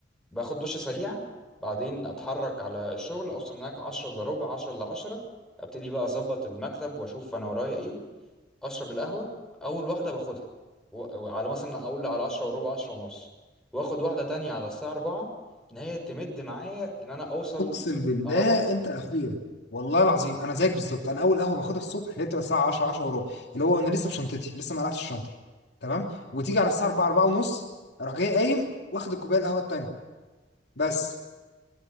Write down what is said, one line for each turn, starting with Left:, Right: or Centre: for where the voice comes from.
Centre: باخد دش سريع بعدين اتحرك على الشغل اوصل هناك 10 الا ربع 10 الا 10 ابتدي بقى اظبط المكتب واشوف انا ورايا ايه اشرب القهوه اول واحده باخدها و- وعلى مثلا اقول على 10 وربع 10 ونص واخد واحده تانية على الساعه 4 ان هي تمد معايا ان انا اوصل
Left: اقسم بالله
Centre: اروح
Left: انت اخويا والله العظيم انا زيك بالظبط انا اول قهوه باخدها الصبح اللي هي بتبقى الساعه 10 10 وربع اللي هو انا لسه بشنطتي لسه ما قلعتش الشنطه تمام وتيجي على الساعه 4 4 ونص اروح جاي قايم واخد الكوبايه القهوه التانيه بس